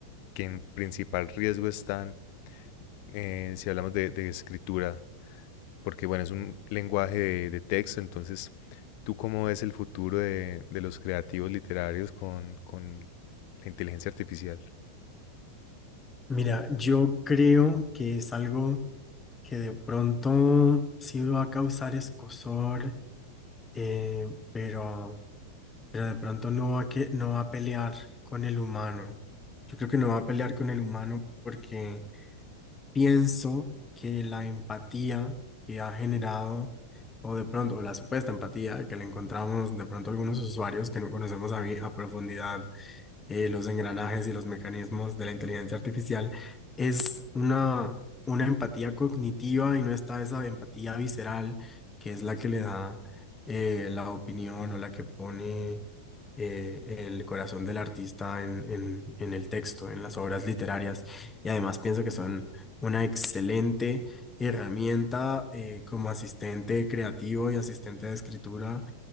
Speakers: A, on the left; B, on the left.
A: que en principal riesgo están, eh, si hablamos de, de escritura, porque bueno, es un lenguaje de, de texto, entonces, ¿tú cómo ves el futuro de, de los creativos literarios con, con la inteligencia artificial?
B: Mira, yo creo que es algo que de pronto sí va a causar escozor, eh, pero. pero de pronto no va que, no va a pelear con el humano. Yo creo que no va a pelear con el humano porque pienso que la empatía que ha generado, o de pronto, o la supuesta empatía que le encontramos de pronto a algunos usuarios que no conocemos a, bi- a profundidad eh, los engranajes y los mecanismos de la inteligencia artificial, es una, una empatía cognitiva y no está esa empatía visceral que es la que le da eh, la opinión o la que pone eh, el corazón del artista en, en, en el texto, en las obras literarias. Y además pienso que son una excelente herramienta eh, como asistente creativo y asistente de escritura